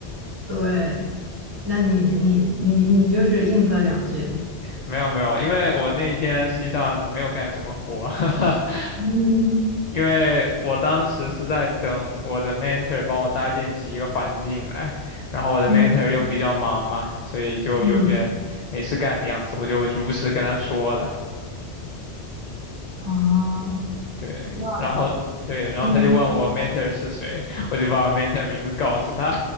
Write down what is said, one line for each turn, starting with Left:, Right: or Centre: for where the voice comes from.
Right: 对，那你你你你就是应付了两句，
Left: 没有没有，因为我那一天实际上没有干什么活。<laughs>
Right: 嗯
Left: 因为我当时是在等我的 mentor 帮我搭建起一个环境来，然后我的
Right: 嗯
Left: mentor 又比较忙嘛，所以就有点没事干的样子，
Right: 嗯，
Left: 我就如实跟他说了，
Right: 哦，
Left: 对，
Right: 那
Left: 然后对，然后他就问我
Right: 嗯，
Left: mentor 是谁，我就把我 mentor 名字告诉他，